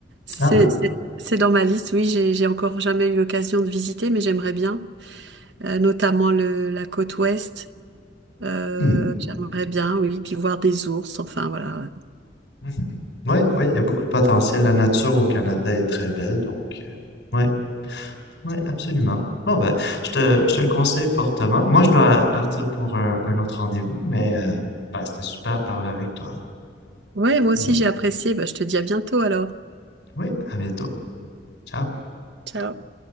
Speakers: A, on the right (about 75°); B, on the left (about 70°).
A: C'est,
B: Ah oui.
A: c'est- c'est dans ma liste, oui, j'ai, j'ai encore jamais eu l'occasion de visiter, mais j'aimerais bien, Euh, notamment le, la côte ouest. Euh,
B: hmm.
A: j'aimerais bien, oui, puis voir des ours, enfin voilà.
B: Mhm. Ouais, ouais, il y a beaucoup de potentiel. La nature au Canada est très belle, donc euh, ouais, ouais, absolument. Bon ben, je te, je te le conseille fortement. Moi, je dois partir pour un, un autre rendez-vous, mais euh, ben, c'était super de parler avec toi.
A: Ouais,
B: Puis,
A: moi aussi j'ai apprécié. Bah, je te dis à bientôt alors.
B: oui, à bientôt. Ciao.
A: Ciao.